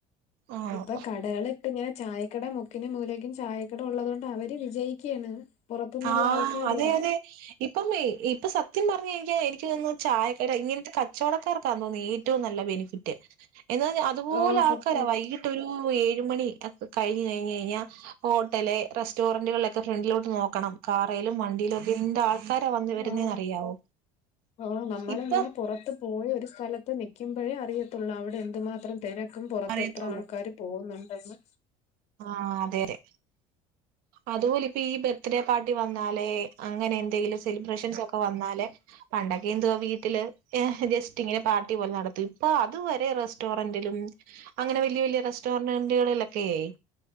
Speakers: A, on the right; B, on the left.
A: ആഹ്
B: ഇപ്പൊ കടകള ഇട്ട് ഇങ്ങനെ ചായക്കട മുക്കിനും മൂലേക്കും ചായക്കട ഉള്ളതുകൊണ്ട് അവര് വിജയിക്കുകയാണ് പുറത്തുന്നുള്ള
A: ആഹ്
B: ആൾക്കാരെ
A: അതെ അതെ ഇപ്പം ഇപ്പൊ സത്യം പറഞ്ഞ എനിക്ക് എനിക്ക് തോന്നുന്നു ചായക്കട ഇങ്ങനത്തെ കച്ചവടക്കാർ ക്കാന്നുതോന്നുന്നു ഏറ്റവും നല്ല ബെനിഫിറ്റ് എന്നാൽ അതുപോലെ
B: ആഹ്
A: ആൾക്കാരാ
B: സത്യം
A: വൈകി ഏഴുമണി കഴിഞ്ഞ് കഴിഞ്ഞാൽ ഹോട്ടല് റെസ്റ്റോറന്റുകളിലൊക്കെ ഫ്രണ്ടിലോട്ട് നോക്കണം കാറേലും വണ്ടിയേലും ഒക്കെ എന്താൾ ആൾക്കാര വന്ന വരുന്നെന്ന്
B: ആഹ്
A: അറിയാവോ
B: ആഹ് നമ്മളിങ്ങനെ
A: ഇപ്പൊ
B: പുറത്ത് പോയി ഒരു സ്ഥലത്ത് നിൽക്കുമ്പോഴേ അറിയത്തുള്ളൂ അവിടെ എന്തുമാത്രം തിരക്കും പുറത്ത്
A: അറിയത്തുള്ളൂ
B: എത്ര ആൾക്കാരും പോന്നുണ്ടെന്ന്
A: ആഹ് അതെതെ അതുപോലെ ഇപ്പ ഈ ബർത്ത്ഡേ പാർട്ടി വന്നാലേ അങ്ങനെ എന്തെങ്കിലും സെലിബ്രേഷൻസ് ഒക്കെ വന്നാല് പണ്ടൊക്കെ എന്തുവാ വീട്ടില് ജസ്റ്റ് ഇങ്ങനെ പാർട്ടി പോലെ നടത്തും ഇപ്പൊ അതുവരെ റെസ്റ്റോറന്റിലും അങ്ങനെ വല്യ വലിയ റെസ്റ്റോറന്റുകളിലൊക്കെയ ആയി